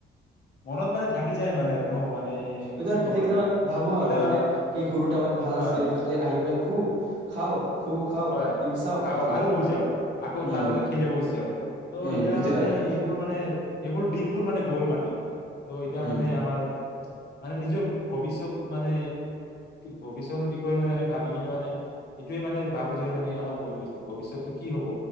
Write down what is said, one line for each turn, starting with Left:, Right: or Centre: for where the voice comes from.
Left: মনত মানে থাকি যায় মানে আৰু ন মানে
Right: এতিয়া
Left: কি
Right: আৰু
Left: ক'ম
Right: কেতিয়া কেতিয়াবা
Left: মানে
Right: ভাবো
Left: কেতিয়াবা
Right: আৰু মানে কি সৰু টাইমত ভাল
Left: হয়
Right: আছিল খালি আহি পেলাই ঘু, খাও খু খাও
Left: হয়
Right: টিভি চাও
Left: খাও
Right: এইটো
Left: আৰু শুই যাও, আকৌ
Right: উম,
Left: তাৰ পাছত খেলিব গুচি যাও, ত'
Right: উম,
Left: এতিয়া
Right: এইটোৱে
Left: মানে
Right: আৰু
Left: এইবোৰ মানে এইবোৰ দিনবোৰ মানে গ'ল মানে ত এতিয়া
Right: উম,
Left: মানে আমাৰ মানে নিজৰ ভৱিষ্যত মানে ভৱিষ্যতৰ বিষয়ে মানে আমি ভাবি কিনে মানে এইটোৱে মানে ভাবো যে আমাৰ মানে বগিছে ভৱিষ্যতটো কি হব